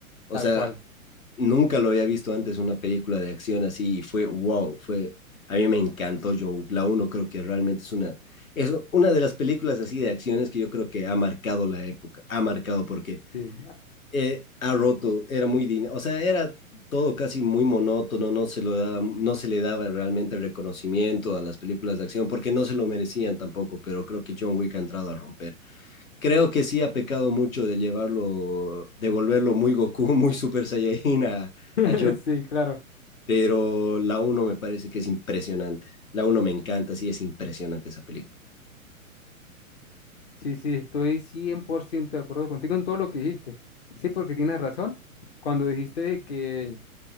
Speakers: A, on the left; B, on the left.
A: O
B: Tal
A: sea,
B: cual.
A: nunca lo había visto antes una película de acción así, y fue wow, fue, a mí me encantó John Wick. La uno creo que realmente es una, es una de las películas así de acciones que yo creo que ha marcado la época, ha marcado porque
B: Sí,
A: eh, ha roto, era muy, din- o sea, era todo casi muy monótono, no se lo daba, no se le daba realmente reconocimiento a las películas de acción porque no se lo merecían tampoco, pero creo que John Wick ha entrado a romper. Creo que sí ha pecado mucho de llevarlo, de volverlo muy Goku, <laughs> muy Super Saiyajin a, a
B: <laughs>
A: John,
B: sí, claro.
A: pero la uno me parece que es impresionante. La uno me encanta, sí, es impresionante esa película.
B: Sí, sí, estoy 100% de acuerdo contigo en todo lo que dijiste. Sí, porque tienes razón. Cuando dijiste que